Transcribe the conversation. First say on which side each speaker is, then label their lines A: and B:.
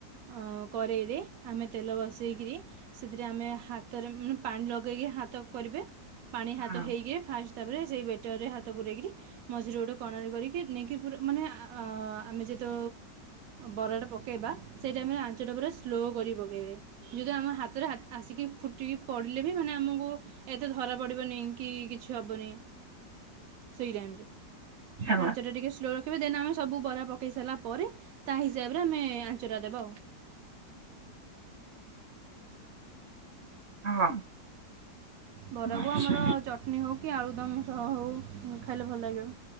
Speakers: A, on the right (about 70°); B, on the right (about 40°).
A: ହାଁ କରେଇରେ ଆମେ ତେଲ ବସେଇକରି ସେଥିରେ ଆମେ ହାତରେ ପାଣି ଲଗେଇକି ହାତ କରିବେ। ପାଣି ହାତ
B: ହଁ
A: ହେଇକିରି ଫାଷ୍ଟ ତାପରେ ସେଇ ବେଟରରେ ହାତ ପୁରେଇକିରି ମଝିରେ ଗୋଟେ କଣାରେ କରିକି ନେଇକି ପୁର ମାନେ ଆମେ ଯେତୁ ବରାଟା ପକାଇବା ସେଇ ଟାଇମରେ ଆଞ୍ଚଟା ପୁରା ସ୍ଲୋ କରି ପକାଇବେ। ଯଦି ଆମ ହାତରେ ଆସିକି ଫୁଟିକି ପଡ଼ିଲେ ବି ମାନେ ଆମକୁ ଏତେ ଧରା ପଡ଼ିବନି କି କିଛି ହେବନି ସେୟା।
B: ହେଲା
A: ଆଞ୍ଚଟା ଟା ଟିକେ ସ୍ଲୋ ରଖିବେ ଦେନ ଆମେ ସବୁ ବରା ପକେଇ ସାରିଲା ପରେ ତା ହିସାବରେ ଆମେ ଆଞ୍ଚରାା ଦେବା ଆଉ।
B: ହଁ।
A: ବରାକୁ
B: ଆଚ୍ଛା
A: ଆମର ଚଟଣି ହେଉ କି ଆଳୁଦମ୍ ସହ ହେଉ ଖାଇଲେ ଭଲ ଲାଗିବ।